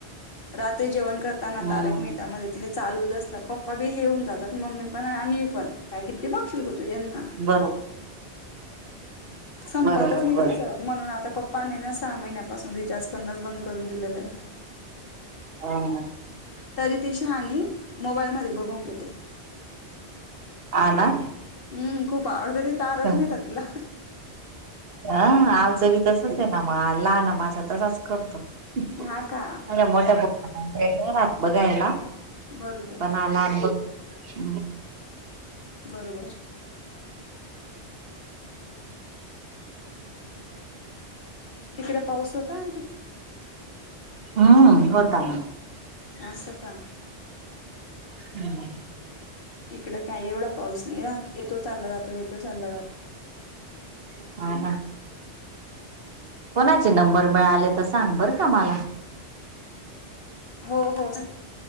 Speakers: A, on the left; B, on the right.
A: रात्री जेवण करताना
B: हम्म
A: तारक मेहता्यामध्ये तिे लूच असतात पप्पा बी हेऊन जातात मम्मी पण आणि आम्ही पण काय बघशील गो तू यांना
B: बरोब
A: संपतच
B: बरोबर
A: नाही
B: बरोबर
A: तिचं म्हणून आता पप् ्पाने ना सहा महिन्यापासून रिचार्ज करणच बंद करून दिलेलं आहे
B: ह ह
A: तरी ती शहाणी मोबाईलमध्ये बघून घेते
B: ह ना
A: हम खूप आवडतं तारक
B: अ
A: मेहता तिला.
B: आमचं बी तसच आहे ना मग आ ल ना माझा तसाच करतो अ्या
A: हा का
B: मोठ्या ेयेणार आहात बघायला?
A: बरोबर
B: पण आला अनुभव. श <inaudible>
A: बरोबर. तिकडे पाऊस होता आंटी?
B: हम्म होताना.
A: आश का?
B: हम <inaudible>
A: इकड काही एवढा पाऊस नाही राहत. येतो चालला जातो, येतो चालला जातो.
B: <unintelligible> कोणाचे नंबर मिळाले, तर सांग, बर का मला.
A: हो हो